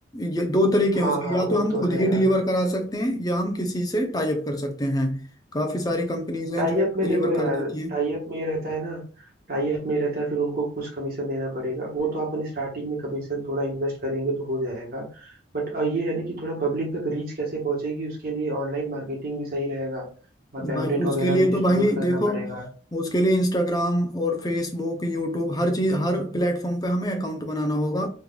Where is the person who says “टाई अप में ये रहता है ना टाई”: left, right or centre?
Right